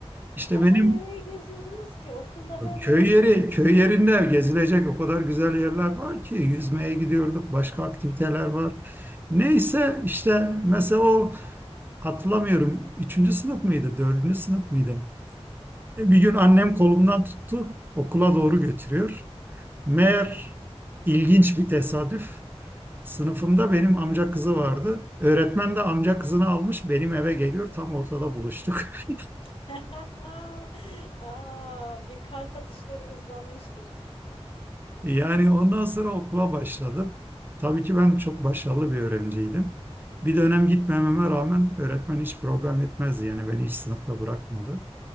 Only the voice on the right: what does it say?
İşte
benim
Köy yeri,
köy yerinde gezilecek o kadar güzel yerler var ki yüzmeye gidiyorduk, başka aktiviteler var. Neyse
işte mesela o hatırlamıyorum üçüncü sınıf mıydı, dördüncü sınıf mıydı? E, Bir gün annem kolumdan tuttu, okula doğru götürüyor. Meğer ilginç bir tesadüf. Sınıfımda benim amca kızı vardı. Öğretmen de amca kızını almış benim eve geliyor. Tam ortada buluştuk. <laughs>
Yani ondan sonra okula başladım. Tabii ki ben çok başarılı bir öğrenciydim. Bir dönem gitmememe rağmen öğretmen hiç problem etmezdi. Yani beni hiç sınıfta bırakmadı.